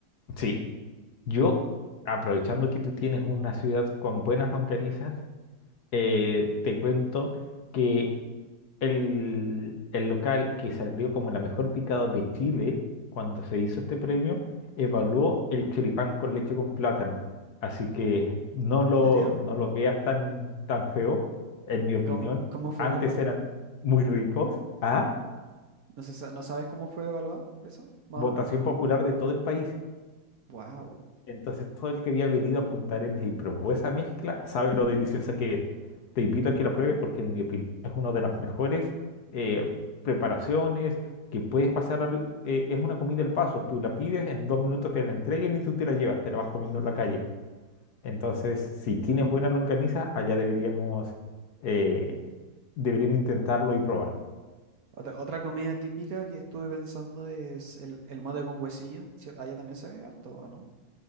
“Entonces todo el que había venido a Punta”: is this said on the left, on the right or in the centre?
Left